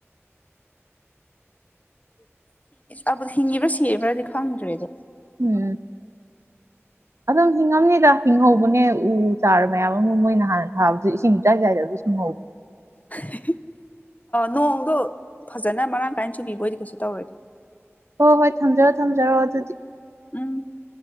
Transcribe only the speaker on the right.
ꯎꯝ ꯑꯗꯨꯝ ꯍꯤꯡꯉꯝꯅꯤꯗ ꯍꯤꯡꯍꯧꯕꯅꯦ ꯎ ꯆꯥꯔ ꯃꯌꯥꯝ ꯑꯃ ꯃꯣꯏꯅ ꯍꯥꯟꯅ ꯊꯥꯕꯁꯨ ꯏꯁꯤꯡ ꯆꯥꯏ ꯆꯥꯏꯗꯕ ꯑꯣ
ꯍꯣꯏ ꯍꯣꯏ ꯊꯝꯖꯔꯣ ꯊꯝꯖꯔꯣ ꯑꯗꯨꯗꯤ